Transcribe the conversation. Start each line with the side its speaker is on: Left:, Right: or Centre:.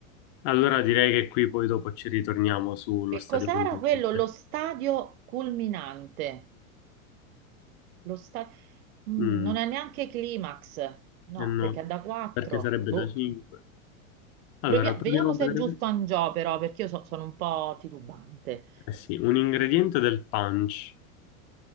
Left: Allora direi che qui poi dopo ci ritorniamo sullo
Right: Che
Left: stadio
Right: cos'era
Left: conveniente.
Right: quello? Lo stadio culminante. Lo sta- Mm,
Left: Mm,
Right: non è neanche climax. No,
Left: eh no,
Right: perché è da 4.
Left: perché sarebbe
Right: Boh.
Left: da 5. Allora,
Right: Provia-
Left: proviamo
Right: Vediamo
Left: a
Right: se
Left: vedere.
Right: è giusto Angiò però, perché io so- sono un po' titubante.
Left: Eh sì, un ingrediente del punch.